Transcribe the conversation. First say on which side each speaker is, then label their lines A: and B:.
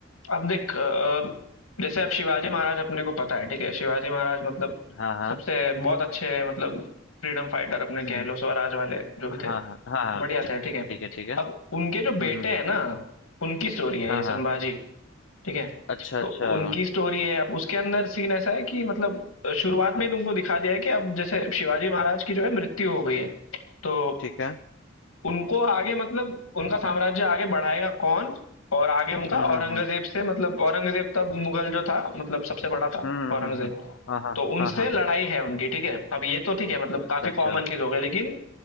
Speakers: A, on the left; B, on the left.
A: अब देख अ, जैसे अब शिवाजी महाराज अपने को पता है ठीक है शिवाजी महाराज मतलब
B: हाँ हाँ
A: सबसे बहुत अच्छे मतलब फ्रीडम फाइटर अपने
B: हम्म
A: कह
B: हम्म,
A: लो स्वराज वाले जो भी
B: हाँ
A: थे
B: हाँ हाँ हाँ,
A: बढ़िया
B: ठीक
A: थे ठीक है
B: ठीक है ठीक है
A: अब उनके
B: हम्म
A: जो बेटे
B: हम्म हम्म,
A: हैं ना उनकी स्टोरी है
B: हाँ
A: ये संभाजी
B: हाँ
A: ठीक है?
B: अच्छा
A: तो
B: अच्छा
A: उनकी स्टोरी है। अब उसके अंदर सीन ऐसा है कि मतलब शुरुआत में ही तुमको दिखा दिया है कि अब जैसे शिवाजी महाराज की जो है मृत्यु हो गई है। तो
B: ठीक है
A: उनको आगे मतलब उनका साम्राज्य आगे बढ़ाएगा कौन? और आगे उनका
B: हम्म
A: औरंगज़ेब
B: हम्म हम्म
A: से मतलब औरंगज़ेब तब मुगल जो था मतलब सबसे बड़ा था
B: हम्म
A: औरंगज़ेब।
B: हम्म हम्म, हाँ हाँ
A: तो उनसे
B: हाँ हाँ
A: लड़ाई है उनकी, ठीक है? अब ये तो ठीक है मतलब
B: अच्छा
A: काफ़ी
B: अच्छा
A: कॉमन चीज़ हो गई लेकिन